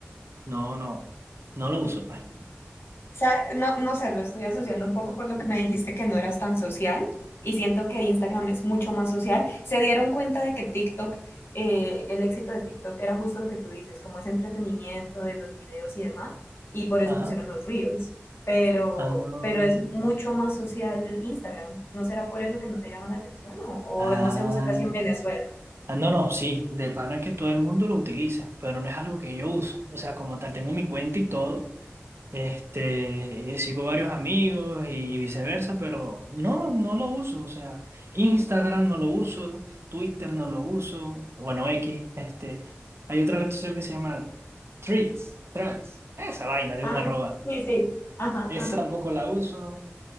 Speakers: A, on the right; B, on the left.
A: no, no, no lo uso, pues.
B: sea, no, no sé, lo estoy asociando un poco por lo que me dijiste que no eras tan social y siento que Instagram es mucho más social. Se dieron cuenta de que TikTok, eh, el éxito de TikTok era justo lo que tú dices, como ese entretenimiento de los videos y demás, y por
A: <laughs>
B: eso
A: Ajá.
B: pusieron los Reels, pero,
A: Ah,
B: pero es mucho más social Instagram. ¿No será por eso que no te llama la atención o, o
A: ah.
B: no se usa casi en Venezuela?
A: Ah, No, no, sí, de pana que todo el mundo lo utiliza, pero no es algo que yo uso. O sea, como tal, tengo mi cuenta y todo. Este, eh, sigo varios amigos y, y viceversa, pero no, no lo uso. O sea, Instagram no lo uso, Twitter no lo uso, bueno, X. Este, hay otra red social que se llama Threads, Trans, esa vaina de
B: Ah,
A: un arroba.
B: sí, sí. Ajá,
A: Esa
B: ajá.
A: tampoco la uso.